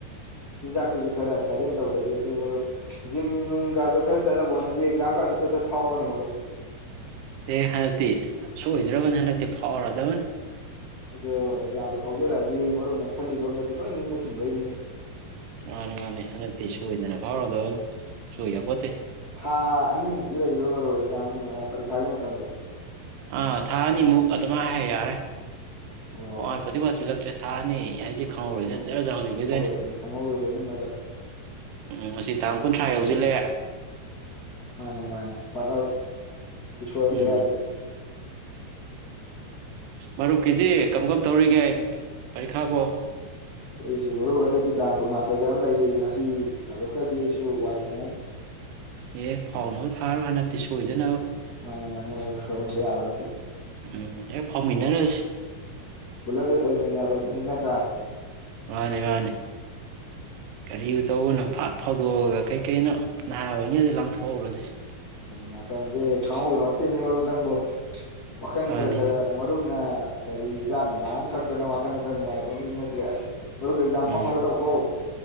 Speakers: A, on the left; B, on the right.
A: ꯆꯤꯟꯖꯥꯛꯇꯨꯁꯨ ꯈꯔ ꯁꯥꯖꯦꯟ ꯇꯧꯗ꯭ꯔꯗꯦ ꯑꯗꯨ ꯃꯔꯨꯞ ꯖꯤꯝ ꯅꯨꯡꯒꯗꯣ ꯈꯔ ꯆꯠꯅꯕ ꯍꯣꯠꯅꯁꯤ ꯑꯦꯛꯖꯥꯝꯒꯗ ꯆꯠ ꯆꯠ ꯐꯥꯎꯔꯣꯅꯦ ꯃꯔꯨꯞ
B: ꯑꯦ ꯍꯟꯗꯛꯇꯤ ꯁꯣꯏꯗ꯭ꯔꯕꯅꯤ ꯍꯟꯗꯛꯇꯤ ꯐꯥꯎꯔꯗꯕꯅꯤ
A: ꯑꯗꯣ ꯑꯦꯛꯖꯥꯝꯗꯣ ꯍꯧꯖꯔꯛꯑꯗꯤ ꯃꯔꯨꯞꯅ ꯈꯜꯂꯤꯕꯈꯩꯗꯣ ꯂꯣꯏ ꯅꯤꯡꯕ ꯊꯨꯡꯂꯣꯏꯅꯤꯡꯉꯤ
B: ꯃꯥꯅꯤ ꯃꯥꯅꯤ ꯍꯟꯗꯛꯇꯤ ꯁꯣꯏꯗꯅ ꯐꯥꯎꯔꯗꯕꯅꯤ ꯁꯣꯏꯕꯄꯣꯠꯇꯦ
A: ꯊꯥ ꯑꯅꯤꯃꯨꯛꯇꯤ ꯂꯩꯕꯩ ꯃꯔꯨ ꯑꯦꯛꯖꯥꯝ ꯄꯔꯤꯈꯥꯒꯤ ꯃꯇꯝꯖꯦ
B: ꯑꯥ ꯊꯥ ꯑꯅꯤꯃꯨꯛ ꯑꯗꯨꯃꯥꯏꯅ ꯍꯥꯏ ꯌꯥꯔꯦ
A: ꯑꯣ
B: ꯋꯥꯔ ꯄꯗꯤꯕꯁꯤꯂ ꯇ꯭ꯔꯦ ꯊꯥꯅꯤ ꯑꯩꯁꯦ ꯈꯪꯍꯧꯔꯣꯏꯗꯅ ꯐꯖꯖꯥ ꯍꯧꯖꯤꯛꯀꯤꯗꯅꯦ
A: ꯈꯪꯍꯧꯔꯣꯏꯗꯕꯅꯤ ꯈꯪꯍꯧꯔꯣꯏꯗꯕꯅꯤ ꯃꯇꯝ
B: ꯎꯝ ꯑꯁꯤ ꯇꯥꯡ ꯀꯨꯟꯊ꯭ꯔꯥ ꯌꯧ ꯂꯦ
A: ꯃꯥꯅꯦ ꯍ ꯍ ꯁꯣꯏꯍꯅꯕ
B: ꯎꯝ
A: ꯌꯥꯗꯦ
B: ꯃꯔꯨꯞꯀꯤꯗꯤ ꯀꯔꯃꯝ ꯀꯔꯝ ꯇꯧꯔꯤꯒꯦ ꯄꯔꯤꯈꯥꯕꯣ
A: ꯑꯩꯁꯨ ꯍꯨ ꯍꯟꯗꯛꯀꯤ ꯇꯥꯡ ꯀꯨꯟꯃꯥꯊꯣꯏꯗ ꯑꯃ ꯂꯩꯔꯤ ꯃꯁꯤ ꯊꯥꯗꯣꯛꯈ꯭ꯔꯗꯤ ꯑꯩꯁꯨ ꯋꯥꯏ ꯁꯪꯒꯅꯤ
B: ꯑꯦ ꯐꯥꯎꯅꯕ ꯊꯥꯔꯣ ꯍꯟꯗꯛꯇꯤ ꯁꯣꯏꯗꯅꯕ
A: ꯃꯥꯅꯤ ꯃꯥꯅꯤ ꯃꯔ ꯁꯣꯏꯕꯕ ꯅꯠꯇ
B: ꯎꯝ ꯍꯦꯛ ꯐꯥꯎꯃꯤꯟꯅꯔꯁꯤ
A: ꯄꯨꯂꯞ ꯍꯦꯛ ꯑꯣꯏꯃꯤꯟꯅꯕꯗꯨꯅꯤ ꯅꯠꯇ꯭ꯔꯥ
B: ꯃꯥꯅꯤ ꯃꯥꯅꯤ ꯀꯔꯤꯕ ꯇꯧꯕꯅꯣ ꯐꯥꯠ ꯐꯥꯎꯗꯣꯛꯑꯒ ꯀꯔꯤꯀꯩꯅꯣ ꯅꯍꯥ ꯑꯣꯏꯅꯤꯩꯗ ꯂꯥꯡꯊꯣꯛꯎꯔꯣ ꯑꯗꯨꯁ
A: ꯃꯇꯝꯁꯦ ꯍꯥꯎꯒ ꯃꯦꯅꯦ ꯃꯔꯔꯕꯨ ꯅꯪꯕꯣ ꯋꯥꯈꯜ
B: ꯃꯥꯅꯤꯅꯦ
A: ꯈꯔ ꯈꯔ ꯃꯔꯨꯞꯅ ꯀꯔꯤ ꯍꯤꯗꯥꯛ ꯅꯨꯡꯗꯥꯡ ꯈꯛꯇꯅ ꯋꯥꯈꯜꯗ ꯈꯔ ꯅꯨꯡꯉꯥꯏꯊꯣꯛꯅꯤꯁꯨ ꯅꯠꯇ꯭ꯔꯦ ꯑꯁ ꯃꯔꯨꯞ ꯑꯦꯛꯖꯥꯝ ꯐꯥꯎꯅꯕ
B: ꯎꯝ
A: ꯇꯧꯈꯣ